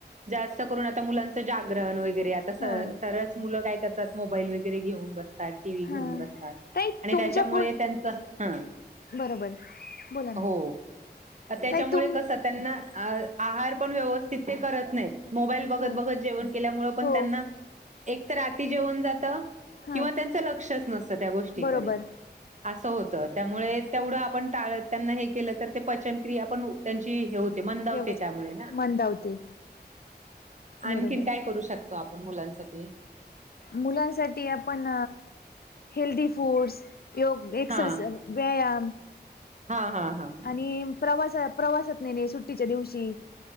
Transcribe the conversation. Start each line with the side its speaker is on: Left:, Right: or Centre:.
Right: जास्त करून आता मुलांचं जागरण वगैरे आता स
Left: हा
Right: सर मुलं काय करतात मोबाईल वगैरे घेऊन बस टी व्ही घेऊन
Left: हा
Right: बसतात
Left: ताई
Right: आणि
Left: तुमच्या
Right: त्याच्यामुळे
Left: पु
Right: त्यांच हा
Left: बरोबर बोला
Right: हो
Left: ना
Right: त्याच्यामुळे
Left: ताई तुम
Right: कसं त्यांना अ आहार पण व्यवस्थित ते करत नाहीत मोबाईल बघत
Left: हो
Right: बघत जेवण केल्यामुळे पण
Left: हो
Right: त्यांना एक तर आाती जेवण जात
Left: हा
Right: किंवा त्यांचं लक्षच नसतं त्या गोष्टीकडे
Left: बरोबर
Right: असं होत त्यामुळे तेवढं आपण टाळत त्यांना हे केलं तर ते पचनक्रिया पण त्यांची हो मंदावते
Left: व्यवस्थित
Right: त्यामुळे ना
Left: मंदावते
Right: आणखीन
Left: बरोबर
Right: काय करू शक आपण मुलांनसाठी
Left: मुलांनसाठी आपण हेल्दी फूडस योग एक्सरस
Right: हा
Left: व्यायाम
Right: हा हा हां
Left: आणि प्रवास प्रवासात नाही नाही सुट्टीच्या दिवशी